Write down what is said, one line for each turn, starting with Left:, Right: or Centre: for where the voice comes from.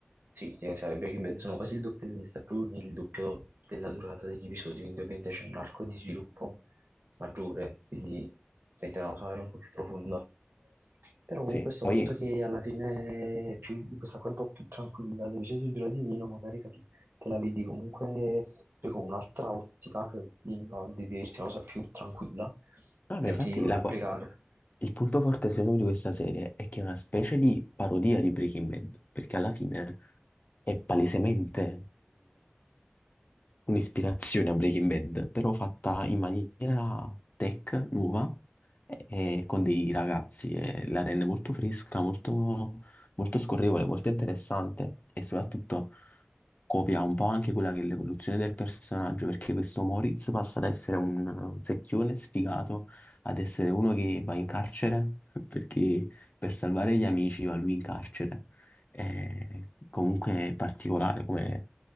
Right: Sì, eh, sai, Breaking Bad sono quasi il doppio delle stagioni, il doppio della durata degli episodi, quindi ovviamente c'è un arco di sviluppo maggiore, quindi mette una cosa magari un po' più profonda. Però comunque
Left: Sì,
Right: questo
Left: poi,
Right: fatto che alla fine è più, questa qua è un po' più tranquilla, l'episodio dura di meno, magari capi, te la vedi comunque poi con un'altra ottica, cioè di, no, di vederti una cosa più tranquilla,
Left: no,
Right: che
Left: ma infatti
Right: non ti devi proprio
Left: la
Right: applicare.
Left: co- il punto forte secondo me di questa serie è che è una specie di parodia di Breaking Bad, perché alla fine è palesemente un'ispirazione a Breaking Bad, però fatta in maniera tech, nuova, e, e con dei ragazzi, e la rende molto fresca, molto, molto scorrevole, molto interessante e soprattutto copia un po' anche quella che è l'evoluzione del personaggio, perché questo Moritz passa da essere un un secchione sfigato ad essere uno che va in carcere <laughs> perché per salvare gli amici va lui in carcere. Eh, comunque è particolare come,